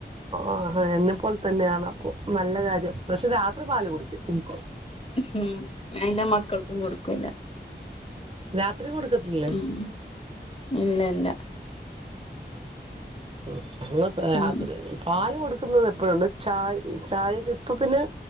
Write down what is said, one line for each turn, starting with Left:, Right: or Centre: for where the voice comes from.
Right: ആഹ് എന്നെപ്പോലെ തന്നെയാണ് അപ്പൊ നല്ല കാര്യം പക്ഷെ രാത്രി പാല് കുടിക്കും
Left: ഉം ഞാന്റെ മക്കൾക്കും കൊടുക്കൂല്ല
Right: രാത്രി കൊടുക്കത്തില്ലേ
Left: ഉം ഇല്ല ഇല്ല
Right: ഉം അത് കൊഴപ്പില്ല
Left: ഉം
Right: രാത്രി പാല് കൊടുക്കുന്നത് എപ്പഴുണ്ട് ചായ ചായക്കെ ഇപ്പൊ പിന്നെ